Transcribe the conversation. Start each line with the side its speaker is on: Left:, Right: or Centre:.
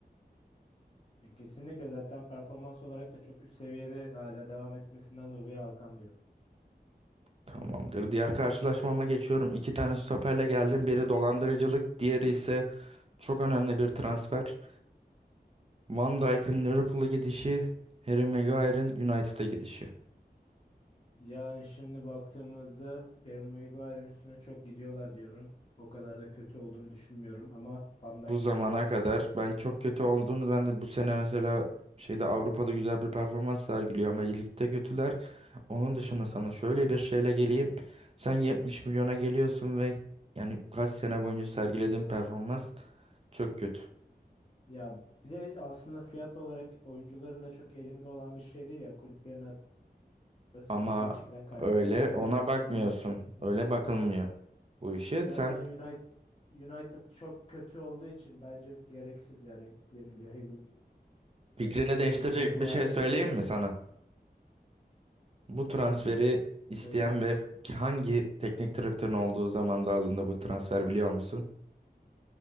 Left: E, Kesinlikle zaten performans olarak da çok üst seviyede hala devam etmesinden dolayı Hakan diyorum.
Right: Tamamdır. Diğer karşılaşmama geçiyorum. İki tane stoperle geldim. Biri dolandırıcılık, diğeri ise çok önemli bir transfer. Van Dijk'ın Liverpool'a gidişi, Harry Maguire'ın United'a gidişi.
Left: Yani şimdi baktığımızda Harry Maguire'ın üstüne çok gidiyorlar diyorum. O kadar da kötü olduğunu düşünmüyorum ama Van Dijk
Right: bu zamana
Left: kesinlikle.
Right: kadar ben çok kötü olduğunu ben de bu sene mesela şeyde Avrupa'da güzel bir performans sergiliyor ama ligde kötüler. Onun dışında sana şöyle bir şeyle geleyim. Sen 70 milyona geliyorsun ve yani kaç sene boyunca sergilediğin performans çok kötü.
Left: Ya bir de aslında fiyat olarak oyuncuların da çok elinde olan bir şey değil ya kulüplerin arasındaki
Right: Ama
Left: ilişkiden kaynaklı.
Right: öyle
Left: Bence
Right: ona
Left: gereksiz
Right: bakmıyorsun.
Left: bir yük bi- bindirildi.
Right: Öyle bakılmıyor bu işe.
Left: Zaten
Right: Sen
Left: United, United çok kötü olduğu için bence gereksiz yani yükleniliyor Harry,
Right: fikrini
Left: Harry
Right: değiştirecek
Left: Maguire'ın
Right: bir şey söyleyeyim
Left: üstüne.
Right: mi sana? Bu transferi isteyen
Left: Söyle.
Right: ve hangi teknik direktörün olduğu zamanda alındı bu transfer biliyor musun?